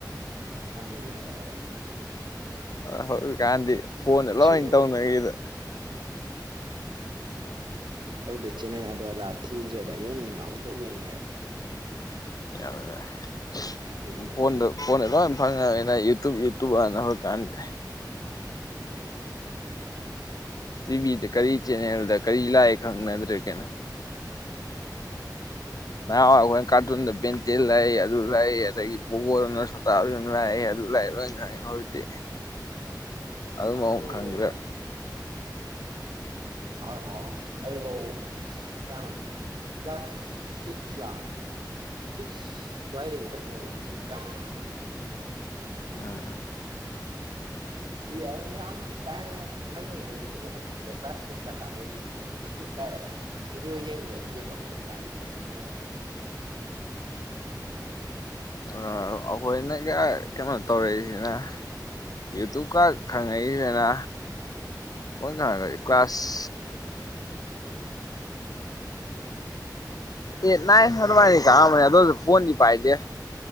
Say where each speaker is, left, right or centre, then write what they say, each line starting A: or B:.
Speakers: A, on the right (about 85°); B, on the left (about 55°).
A: ꯐꯪꯉꯅꯦꯕ
B: ꯑ ꯍꯧꯖꯤꯛꯀꯥꯟꯗꯤ ꯐꯣꯟꯗ ꯂꯣꯏꯅ
A: ꯍꯥꯏꯗꯤ
B: ꯇꯧꯅꯈꯤꯗ
A: ꯍꯧꯇꯤ ꯆꯦꯅꯦꯜ ꯑꯗꯨ ꯑꯗ ꯊꯤꯗ꯭ꯔꯦꯗ ꯌꯦꯡꯅꯤꯡꯕ ꯑꯃ ꯇꯣꯛ ꯌꯦꯡ ꯌꯥꯢ
B: <unintelligible>
A: ꯌꯦꯡ ꯌꯦꯡ
B: ꯐꯣꯟꯗ
A: ꯌꯦꯡ
B: ꯐꯣꯟꯗ ꯂꯣꯢꯝ ꯐꯪꯉꯝꯅꯤꯅ ꯌꯨꯇꯨꯕ ꯌꯨꯇꯨꯕ ꯑꯅ ꯍꯧꯀꯥꯟꯗꯤ
A: ꯎꯝ
B: ꯇꯤꯚꯤꯗ ꯀꯔꯤ ꯆꯦꯅꯦꯜꯗ ꯀꯔꯤ ꯂꯥꯛꯑ ꯈꯪꯅꯗ꯭ꯔꯦ ꯀꯩꯅꯣ ꯅꯥꯍꯟꯋꯥꯢ ꯑꯩꯈꯣꯏꯅ ꯀꯥꯔꯇꯨꯟꯗ ꯕꯦꯟꯇꯦꯟ ꯂꯥꯛꯢ ꯑꯗꯨ ꯂꯥꯛꯢ ꯑꯗꯩ ꯄꯣꯒꯣꯗꯅ ꯁꯣꯇꯥꯕꯤꯝ ꯂꯥꯛꯢ ꯑꯗꯨ ꯂꯥꯛꯢ ꯂꯣꯏ ꯈꯪꯢ ꯍꯧꯖꯤꯛꯇꯤ
A: ꯑꯗꯨꯗ
B: ꯑꯗꯨꯝ ꯑꯃꯨꯛ
A: ꯂꯣꯢ
B: ꯈꯪꯗ꯭ꯔꯦ
A: ꯌꯦꯡꯅꯔꯝꯃꯤ ꯑꯗꯨꯐꯥꯎ ꯑꯩꯐꯥꯎ ꯀꯌꯥꯅꯣ ꯀ꯭ꯂꯥꯁ ꯁꯤꯛꯁ ꯂꯥ ꯁꯤꯛꯁ ꯁ꯭ꯋꯥꯏꯗꯩ ꯈꯛꯇꯅꯦ ꯌꯨꯇꯨꯕ ꯀꯥꯡ ꯃꯁꯛ ꯈꯪꯢꯁꯤ
B: ꯎꯝ
A: ꯃꯤ ꯑꯗꯨꯝ ꯌꯥꯝ ꯀꯥ ꯍꯦꯟꯅ ꯉꯜꯂꯤꯉꯩꯗꯩꯩ ꯌꯨꯇꯨꯕ ꯃꯁꯛ ꯈꯪꯗꯦ ꯀ꯭ꯂꯥꯁ ꯁꯤꯛꯁ ꯀꯥꯡ ꯀꯥꯔꯛꯄꯗꯩ ꯌꯨꯇꯨꯕ ꯌꯨꯇꯨꯕ ꯀꯥꯏ ꯚꯗꯤꯑꯣ ꯌꯦꯡꯅꯤꯡꯕ ꯑꯦꯞ ꯑꯃꯅꯤ ꯀꯥꯏꯅ ꯃꯁꯛ ꯈꯪꯍꯧꯔꯛꯑꯦ
B: ꯎꯝ ꯑꯩꯈꯣꯏꯅꯒ ꯀꯩꯅꯣ ꯇꯧꯔꯛꯏꯁꯤꯅ ꯌꯨꯇꯨꯕꯀꯥꯡ ꯈꯪꯉꯛꯏꯁꯤꯅ ꯑꯈꯣꯏ ꯈꯪꯉꯛꯄ ꯀ꯭ꯂꯥꯁ ꯑꯦꯠ ꯅꯥꯏꯟ ꯑꯗꯨꯃꯥꯏꯅ ꯀꯥꯔꯝꯃꯅꯤ ꯑꯗꯨꯁꯨ ꯐꯣꯟꯗꯤ ꯄꯥꯏꯗꯦ